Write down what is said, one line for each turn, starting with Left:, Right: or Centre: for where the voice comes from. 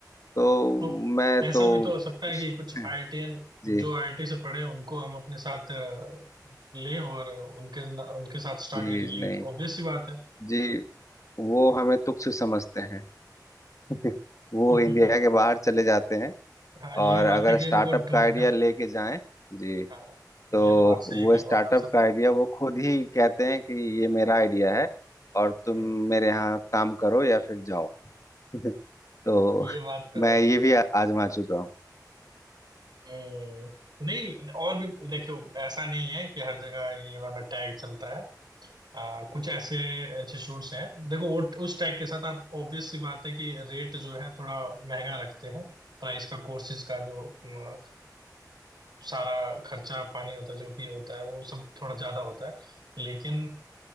Left: तो
Right: तो
Left: मैं
Right: ऐसा
Left: तो
Right: भी तो हो सकता है
Left: उस
Right: कि कुछ
Left: <laughs>
Right: आईआईटीएन
Left: जी
Right: जो आईआईटी से पढ़े हैं, उनको हम अपने साथ अ, लें और उनके उनके साथ स्टार्ट
Left: जी
Right: करें ये
Left: नहीं
Right: तो ऑब्वियस सी बात है
Left: जी वो हमें तुच्छ समझते हैं <laughs> वो
Right: <laughs>
Left: इंडिया के बाहर चले जाते हैं
Right: हाँ ये
Left: और
Right: भी बात
Left: अगर
Right: है कि
Left: स्टार्टअप
Right: उनको ढूंढना
Left: का आइडिया लेके जाएं जी
Right: हाँ
Left: तो
Right: ये तो बात सही
Left: वो
Right: है कि वो
Left: स्टार्टअप
Right: हमारे साथ
Left: का आइडिया वो खुद ही कहते हैं कि ये मेरा आइडिया है और तुम
Right: हैं।
Left: मेरे यहाँ काम करो या फिर जाओ <laughs> तो
Right: ये बात तो
Left: मैं
Right: है
Left: ये भी आ- आजमा चुका हूँ
Right: हम्म नहीं और भी देखियो ऐसा नहीं है कि हर जगह ये वाला टैग चलता है आ, कुछ ऐसे इंस्टीट्यूट्स हैं देखो वो उस टैग के साथ आप ऑब्वियस सी बात है कि रेट जो है थोड़ा महंगा रखते हैं प्राइस का कोर्सेज का जो अम, सारा खर्चा पानी होता है जो भी होता है वो सब थोड़ा ज्यादा होता है लेकिन